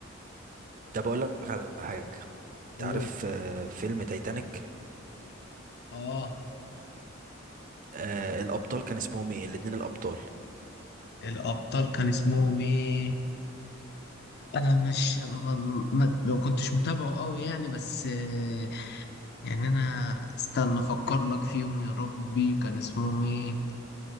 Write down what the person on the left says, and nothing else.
قول
آه
الأبطال كان اسمهم إيه؟ أنا مش أنا ما ما ما كنتش متابعه أوي يعني بس آه، يعني أنا استنى أفكر لك فيهم يا ربي كان اسمهم إيه؟